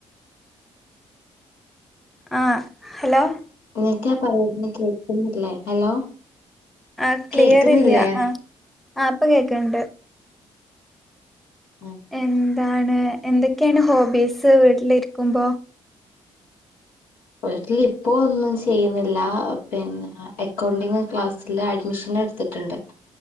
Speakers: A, in the centre; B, on the left.
A: ആ ഹലോ
B: <unintelligible> കേക്ന്നില്ലേ ഹലോ
A: ആ ക്ലിയർ
B: കേക്കുന്നില്ലേ
A: ഇല്ല ആ ആ പ്പൊ കേക്ണ്ട്
B: ഉം
A: എന്താണ് എന്തെക്കേണ് ഹോബീസ് വീട്ട്ലിര്ക്കുമ്പോ
B: വീട്ടില് ഇപ്പോ ഒന്നും ചെയ്യുന്നില്ല പിന്നെ അക്കൗണ്ടിംങ് ക്ലാസ്സില് അഡ്മിഷൻ നെട്ത്ട്ട്ണ്ട്